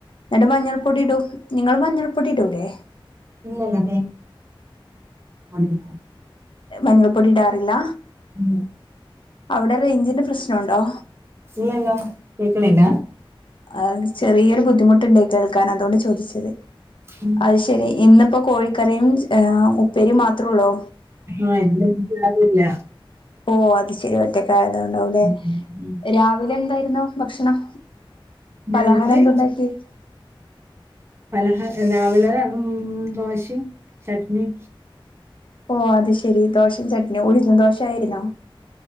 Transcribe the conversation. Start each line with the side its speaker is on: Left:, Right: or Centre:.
Left: ന്നട്ട് മഞ്ഞൾ പൊടി ഇടും നിങ്ങള് മഞ്ഞൾ പൊടി ഇടൂല്ലേ?
Right: <unintelligible> മഞ്ഞപൊടി ഇടാതെ.
Left: <unintelligible> മഞ്ഞളൾപ്പൊടിടാറില്ല?
Right: ഉം.
Left: അവടെ റേഞ്ചിന്റെ പ്രശ്നുണ്ടോ?
Right: ഇല്ലല്ലോ കേക്കണില്ല.
Left: ആ ചെറിയൊരു ബുദ്ധിമുട്ടുണ്ട് കേൾക്കാൻ അതോണ്ട് ചോദിച്ചത്
Right: ഉം.
Left: അയ് ശരി ഇന്ന്. പ്പൊ കോഴിക്കറിയും <unintelligible> ഉപ്പേരിയും മാത്രമോള്ളൂ
Right: ആ <unintelligible> ആരൂല്ല.
Left: ഓ അത് ശെരി ഒറ്റക്ക ആയതോ ണ്ടാവൂലേ
Right: ഉം. ഉം.
Left: രാവിലെ എന്തായിരുന്നു ഭക്ഷണം? പലഹാര
Right: രാവിലെ
Left: എന്തുണ്ടാക്കിയ്?
Right: പലഹ രാവിലെ ഉം ദോശി ചട്നിം.
Left: ഓ അത് ശെരി ദോശി ചട്നിം ഉയ്ന്നു ദോശയിരുന്നോ?